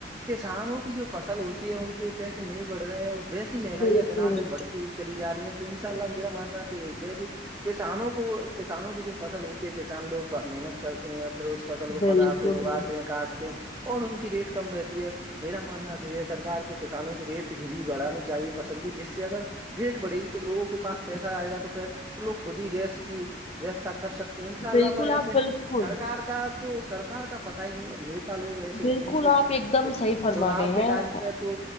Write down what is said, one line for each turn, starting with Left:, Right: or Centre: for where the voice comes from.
Right: کسانوں کی جو فصل ہوتی ہے ان کے پیسے نہیں بڑ رہے ہیں وہ ویسی مہنگائی
Left: بالکل
Right: ہے دنا دن بڑھتی ہے چلی جارہی ہیں تو ان شاء اللہ میرا ماننا تو یہی ہے کہ کسانوں کو کسانوں کی جو فصل ہوتی کے کسان لوگ محنت کرتے ہیں پھر اس فصل کو پکاتے
Left: بالکل
Right: ہیں اگاتے ہیں کاٹتے اور ان کی ریٹ کم رہتی ہے میرا ماننا تو یہ سرکار کو کسانوں کی ریٹ بھی کبھی بڑھانے چاہیے فصل کی جس سے اگر ریٹ بڑھے گی تو لوگو کے پاس پیسہ آئے گا تو پھر تو لوگ خود ہی گیس کی ویوستھا کر سکتے ان شاء اللہ
Left: بالکل
Right: پر ایسے
Left: آپ بالکل
Right: سرار کا تو سرکار کا پتہ ہی نہیں ہے نیتا لوگ ایسے ہوتے
Left: بالکل
Right: ہیں کہ
Left: آپ ایک دم صحیح فرما
Right: چناؤ
Left: رہے
Right: کے ٹائم
Left: ہیں
Right: پہ تو